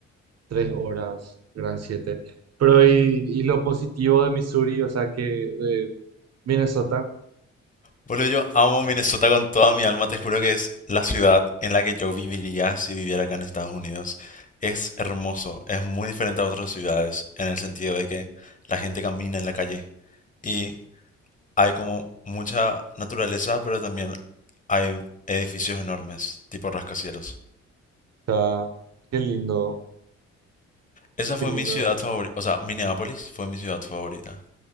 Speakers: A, on the right; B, on the left.
A: Tres horas, gran siete. Pero y, y lo positivo de Missouri, o sea, que de Minnesota, o
B: Boludo, yo amo Minnesota con toda mi alma. Te juro que es la ciudad en la que yo viviría si viviera acá en Estados Unidos. Es hermoso, es muy diferente a otras ciudades en el sentido de que la gente camina en la calle y hay como mucha naturaleza, pero también hay edificios enormes, tipo rascacielos.
A: sea, qué lindo,
B: Esa
A: qué
B: fue
A: lindo.
B: mi ciudad favorita, o sea, Minneapolis fue mi ciudad favorita.